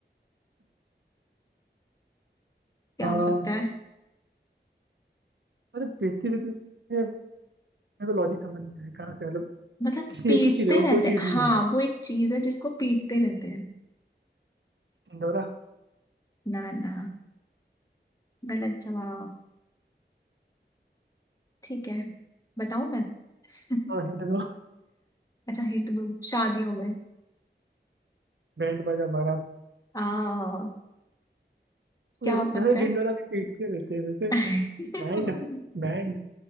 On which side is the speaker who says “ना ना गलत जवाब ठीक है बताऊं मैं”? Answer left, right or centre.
Left